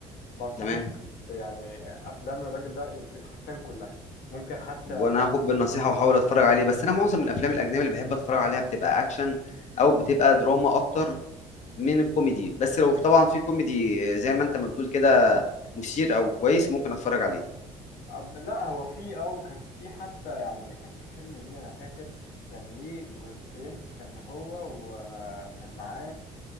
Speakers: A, on the left; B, on the left.
A: بنصحك
B: تمام
A: ب- يعني افلام الراجل ده يمكن حرفيا كلها ممكن حتى
B: وانا هاخد بالنصيحه واحاول اتفرج عليه بس انا معظم الافلام الاجنبي اللي بحب اتفرج عليها بتبقى اكشن
A: مم.
B: او بتبقى دراما اكتر من الكوميدي بس لو طبعا في كوميدي آه، زي ما انت ما بتقول كده مثير او كويس ممكن اتفرج عليه
A: أب- لا هو في اه وكان في حتى يعني كان في فيلم ليه انا فاكر كان ليه جزئين كان هو وكان معاه